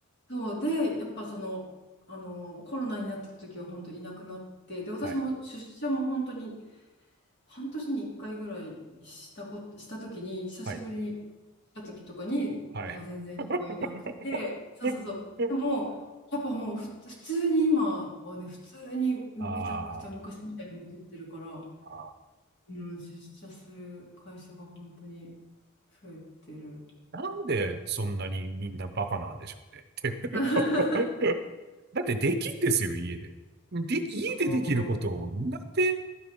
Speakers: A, on the left (about 50°); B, on the right (about 50°).
A: そう、で、やっぱその、あの、コロナになった時は本当いなくなって、で、私も出社も本当に
B: はいはい。
A: 半年に1回ぐらいしたこと、した時に、久しぶりに来
B: はい。
A: た時とかに、
B: はい。
A: なんか全然人がいなくて、
B: <laughs>
A: そうそうそう。でも、やっぱもうふ、普通に今はね、普通にめちゃくちゃ昔みたいに戻ってるから、
B: あーあ
A: うん、出社する会社が本当に増えてる。
B: ー、なんでそんなにみんなバカなんでしょうねって。<laughs>
A: <laughs>
B: だってできんですよ、家で。で、
A: そう、
B: 家でできることを、なんで、